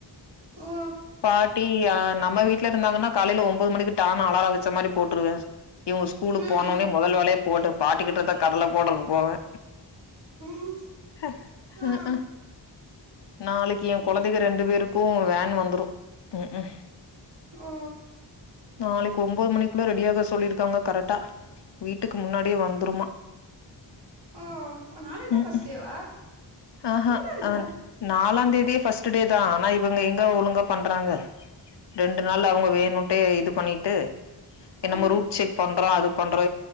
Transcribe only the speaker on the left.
பாட்டி யான் நம்ம வீட்ல இருந்தாங்கன்னா காலேல ஒம்பது மணிக்கு டான்னு அலார வெச்ச மாரி போட்டுருவே இவங்க ஸ்கூலுக்கு
போன
ஒன்னே முதல் வேலயா போட்டு பாட்டி கிட்ட தா கடல போடுறக்கு போவே
ஹ
ம் ம் நாளைக்கி ஏ
கொழந்தைங்க ரெண்டு பேருக்கு வேன் வந்துரு ம் ம்
நாளைக்கு ஒன்பது மணிக்குள்ள ரெடியாக சொல்லிருக்காங்க கரெக்டா வீட்டுக்கு முன்னாடியே வந்துருமா
ம்
ம்
ஆஹா
அவனுக்கு நாலாந் தேதியே ஃபர்ஸ்ட் டே தா ஆனா இவங்க எங்க ஒழுங்கா பண்றாங்க ரெண்டு நாள் அவங்க வேணுன்ட்டே இது பண்ணீட்டு என்னமோ
ரூட் செக் பண்றோ அது பண்றோ